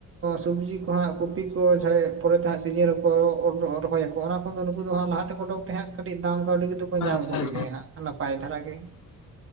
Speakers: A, on the right; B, on the left.
A: ᱥᱚᱵᱽᱡᱤ ᱠᱚ ᱦᱟᱸᱜ ᱠᱚᱯᱤ ᱠᱚ ᱡᱟᱦᱟᱸ ᱯᱚᱨᱮ ᱛᱮ ᱦᱟᱸᱜ ᱥᱤᱡᱤᱱ ᱨᱮᱠᱚ ᱨᱚᱦᱚᱭᱟᱠᱚ᱾ ᱚᱱᱟ ᱠᱷᱚᱱ ᱫᱚ ᱱᱩᱠᱩ ᱫᱚ ᱦᱟᱸᱜ ᱞᱟᱦᱟ ᱛᱮ ᱠᱚ ᱩᱰᱩᱠ ᱛᱟᱦᱮᱸᱫ ᱠᱟᱹᱴᱤᱡ ᱫᱟᱢ ᱠᱟᱹᱣᱰᱤ ᱠᱚ ᱧᱟᱢ
B: ᱟᱪᱪᱷᱟ ᱟᱪᱪᱷᱟ
A: ᱜᱚᱫᱽ ᱜᱮᱭᱟ
B: ᱟᱪᱪᱷᱟ
A: ᱦᱟᱸᱜ ᱱᱟᱯᱟᱭ ᱫᱷᱟᱨᱟ ᱜᱮ᱾
B: ᱟᱪᱪᱷᱟ